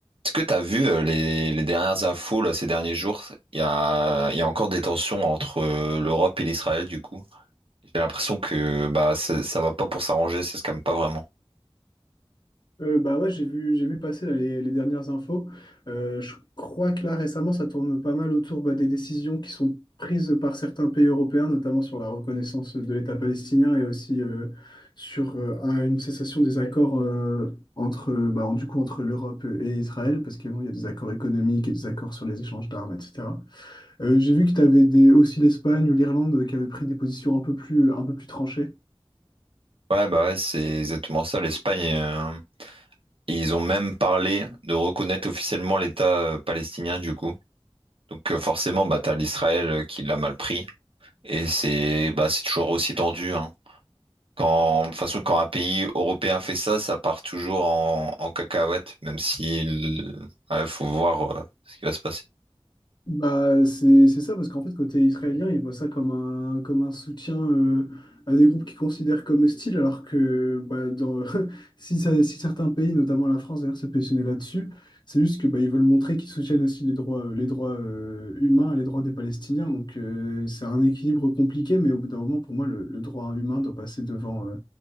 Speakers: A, on the right; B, on the left.
A: Est-ce que tu as vu euh, les, les dernières infos là, ces derniers jours? Il y a, il y a encore des tensions entre euh, l'Europe et l'Israël du coup. J'ai l'impression que bah ça ça va pas pour s'arranger, ça se calme pas vraiment.
B: Euh, bah ouais, j'ai vu, j'ai vu passer là, les, les dernières infos. Euh, je crois que là, récemment, ça tourne pas mal autour bah, des décisions qui sont prises par certains pays européens, notamment sur la reconnaissance de l'État palestinien et aussi euh, sur euh, un- une cessation des accords euh, entre, bah, en- du coup, entre l'Europe et Israël, parce qu'il y a des accords économiques et des accords sur les échanges d'armes, etc. Euh, j'ai vu que tu avais des, aussi l'Espagne ou l'Irlande euh, qui avaient pris des positions un peu plus, un peu plus tranchées.
A: Ouais bah ouais, c'est exactement ça. L'Espagne, euh, ils ont même parlé de reconnaître officiellement l'État euh, palestinien du coup. Donc euh, forcément bah t'as l'Israël euh, qui l'a mal pris et c'est bah c'est toujours aussi tendu. hein. Quand, de toute façon, quand un pays européen fait ça, ça part toujours en, en cacahuète, même si il ouais, faut voir euh, ce qui va se passer.
B: Bah, c'est c'est ça, parce qu'en fait, côté israélien, ils voient ça comme un, comme un soutien euh, à des groupes qu'ils considèrent comme hostiles, alors que bah, dans, <laughs> si, ça- si certains pays, notamment la France d'ailleurs, s'est positionnée là-dessus, c'est juste que bah, ils veulent montrer qu'ils soutiennent aussi les droits, euh, les droits euh, humains, et les droits des Palestiniens. Donc, euh, c'est un équilibre compliqué, mais au bout d'un moment, pour moi, le, le droit humain doit passer devant, euh,